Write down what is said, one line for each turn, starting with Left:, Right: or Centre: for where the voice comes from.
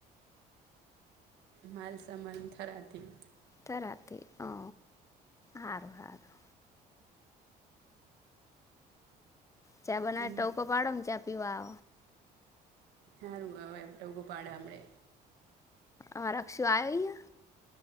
Right: માલસામાન થરાતી
Left: તરાતી હઓ હારુ હારુ. ચા બનાવે
Right: એમ
Left: ટવકો પાડો ને ચા પીવા
Right: હારુ, હવે એ ઉભું પાડે હમડે
Left: હ હ અક્ષુ આયોઈ હ